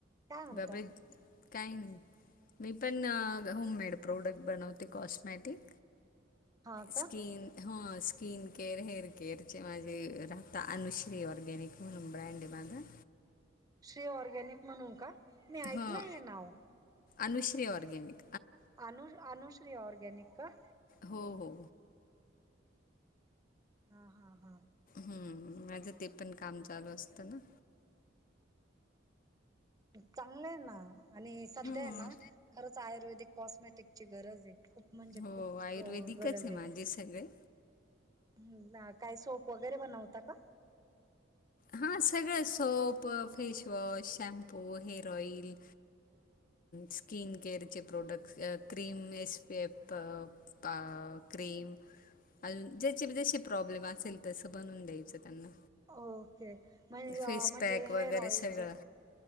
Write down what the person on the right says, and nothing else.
काय म्हणता
हा का
श्री ऑरगॅनिक म्हणून का, मी ऐकलं
हे नाव.
अनु अनुश्री ऑरगॅनिक कां.
हा हा हा.
चांगलं आहे ना, आणि सध्या
आहे ना खरंच आयुर्वेदिक कॉस्मेटिकची गरज ये. खूप म्हणजे,
खूप
गरज
ये.
ह्. काही सोप वगैरे बनवता कां.
ओके. म्हण
म्हणजे
हेअर
ऑइलचे